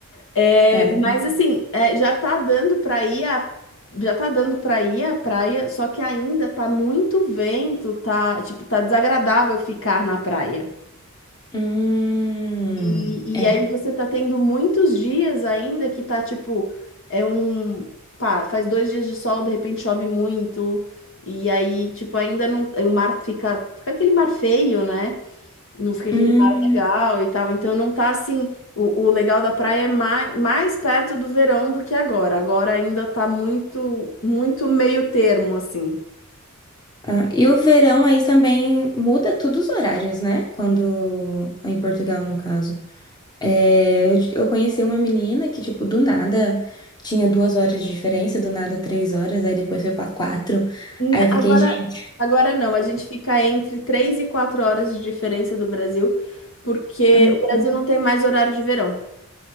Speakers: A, on the left (about 60°); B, on the left (about 20°).
A: É,
B: Tá.
A: mas assim, é, já tá dando pra ir a, já tá dando para ir à praia, só que ainda tá muito vento, tá, tipo, tá desagradável ficar na praia.
B: Hum,
A: E,
B: é.
A: e aí você tá tendo muitos dias ainda que tá tipo, é um, pá, faz dois dias de sol, de repente chove muito, e aí, tipo, ainda não, o mar fica, fica aquele mar feio, né? Não fica aquele
B: Hum.
A: mar legal e tal. Então não tá assim, o, o legal da praia é mais, mais perto do verão do que agora. Agora ainda tá muito, muito meio termo, assim.
B: Ah, e o verão aí também muda tudo os horários, né? Quando em Portugal, no caso. É, eu, eu conheci uma menina que, tipo, do nada tinha duas horas de diferença, do nada três horas, aí depois foi pra quatro.
A: N-
B: Aí eu fiquei,
A: Agora,
B: gente.
A: agora não, a gente fica entre 3 e 4 horas de diferença do Brasil, porque
B: ah,
A: o Brasil não tem mais horário de verão.